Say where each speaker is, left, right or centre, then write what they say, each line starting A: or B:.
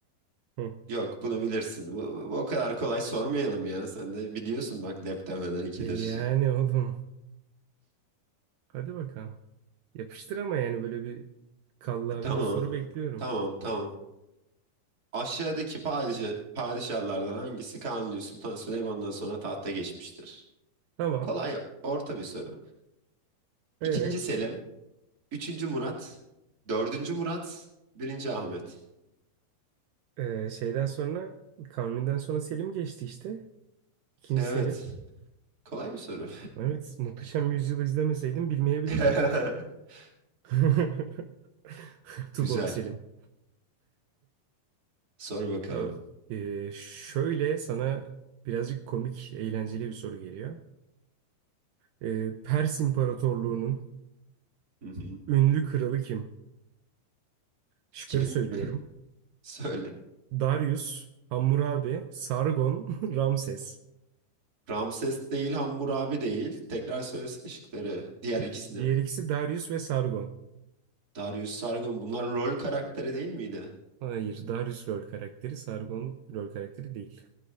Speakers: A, on the right; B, on the right.
A: Hı.
B: yok bunu bilirsin. Bu, bu- o kadar kolay sormayalım ya. Sen de biliyorsun bak lep demeden ikidir.
A: E yani oğlum. Hadi bakalım. Yapıştır ama yani böyle bir kallavi
B: <laughs> Tamam.
A: bir soru bekliyorum.
B: Tamam. Tamam. Aşağıdaki padişah, padişahlardan hangisi Kanuni Sultan Süleyman'dan sonra tahta geçmiştir?
A: Tamam.
B: Kolay orta bir soru.
A: Evet.
B: İkinci Selim, üçüncü Murat, dördüncü Murat, birinci Ahmet.
A: Ee, şeyden sonra Kanuni'den sonra Selim geçti işte. İkinci
B: Evet,
A: Selim.
B: kolay bir soru.
A: Evet. Muhteşem Yüzyıl'ı izlemeseydim bilmeyebilirdim.
B: <laughs>
A: <laughs> Tuborg
B: Güzel.
A: Selim.
B: Sor bakalım.
A: Abi, e, şöyle sana birazcık komik, eğlenceli bir soru geliyor. E, Pers İmparatorluğu'nun
B: Hı hı.
A: ünlü kralı kim? Şıkları
B: Kim?
A: söylüyorum.
B: <laughs> Söyle.
A: Darius, Hammurabi, Sargon, <laughs> Ramses.
B: Ramses değil, Hammurabi değil. Tekrar söylesene şıkları. Diğer ikisini.
A: Di- Diğer ikisi Darius ve Sargon.
B: Darius Sargon. Bunlar rol karakteri değil miydi?
A: Hayır, Darius rol karakteri, Sargon rol karakteri değil.